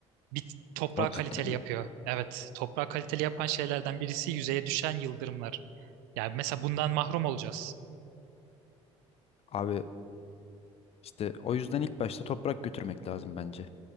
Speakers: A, on the right (about 65°); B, on the left (about 40°).
A: bit toprağı
B: O cidden
A: kaliteli yapıyor.
B: mi?
A: Evet, toprağı kaliteli yapan şeylerden birisi yüzeye düşen yıldırımlar. Yani mesela bundan mahrum olacağız.
B: Abi işte o yüzden ilk başta toprak götürmek lazım bence.